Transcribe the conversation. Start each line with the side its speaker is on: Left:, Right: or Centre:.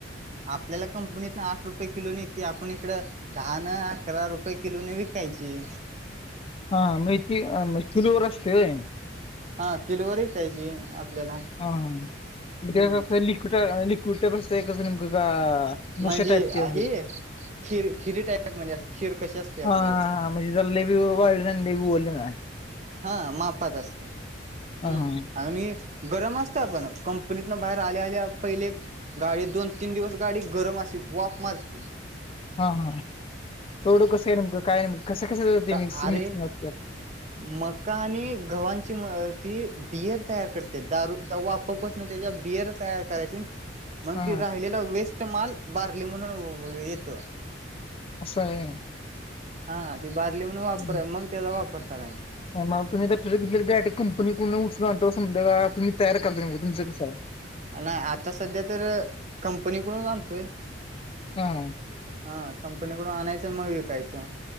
Right: आपल्याला कंपनीतन आठ रुपये ना येतेय, आपण इकडं दहान, अकरा रुपये किलोन, विकायची.
Left: हा, मै <unintelligible> किलोवर असतय होय?
Right: हा, किलवर विकायची आपल्याला
Left: हा हां, म
Right: हम्म
Left: लिक्विड, लिक्विड प्रस्त कसं नेमकं का? भुश्या
Right: म्हणजे
Left: टाईपची असते?
Right: आहे, खीर खिरी टाईप म्हणजे, अस खीर कशी असते आपली
Left: हां, हां, हां, म्हणजे लय बी वाळल नई, आणि लई बी वल्ल नाय
Right: हा, मापात असत, हम्म!
Left: हां, हां,
Right: आणि गरम असतय पण, कंपनीतन बाहेर आल्या आल्या पहिले गाडी, दोन तीन दिवस गाडी गरम अशी वाफ मारती.
Left: हा हा, येवढं कसं हाय का नेमकं, कस कसं
Right: का
Left: मिक्सीसिंग
Right: अरे
Left: असतात?
Right: मका आणि घवांची म ती बियर तयार करत्यात, दारू. वाफ पसण त्याच्या बिअर तयार करायची मग
Left: हा
Right: ती राहिलेला वेस्ट माल, बारली म्हणून येतो.
Left: असं आहे होय?
Right: हा, ती बारली म्हणून वापरा,
Left: हम्म.
Right: मग त्याचा वापर करायाच.
Left: मग तुम्ही आता <unintelligible> कंपनीकडून उचलून आणता, समजा का तुम्ही तयार करताय मग तुमच कसं हाय
Right: नाही, आता सध्या तर कंपनीकडून आणतोय.
Left: हा.
Right: हा, कंपनीकडून आणायचं मग विकायचं.